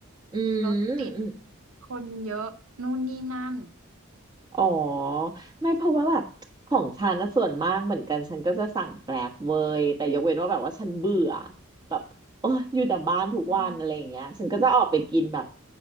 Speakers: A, on the right; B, on the right.
A: อืมอืม
B: รถติดคนเยอะนู่นนี่นั่น
A: อ๋อ ไม่เพราะว่าแบบของฉันนะส่วนมากเหมือนกันฉันก็จะสั่งแกร็บเว้ยแต่ยกเว้นว่าแบบว่าฉันเบื่อแบบโอ้ยอยู่แต่บ้านทุกวันอะไรอย่างเงี้ยฉันก็จะออกไปกินแบบ
B: อืม